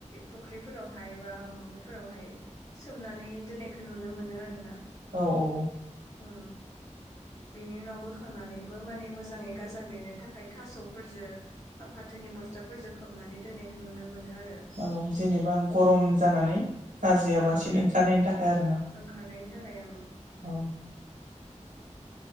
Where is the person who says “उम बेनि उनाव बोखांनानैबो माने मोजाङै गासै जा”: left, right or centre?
Left